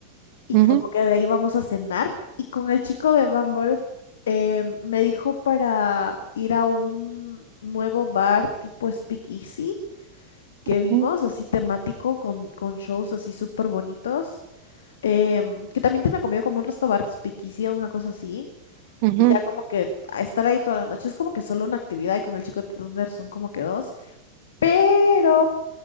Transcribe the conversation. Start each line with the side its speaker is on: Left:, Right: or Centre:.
Left: y
Right: ujú,
Left: como que de ahí vamos a cenar. Y con el chico de Bumble em, me dijo para ir a un nuevo bar tipo Speakeasy que
Right: ujú,
Left: vimos, así temático, con, con shows así súper bonitos, em, que también tiene comida como un resto bar Speakeasy o una cosa así.
Right: ujú.
Left: Y ya como que a estar ahí toda la noche es como que solo una actividad y con el chico de Tinder son como que dos. Pero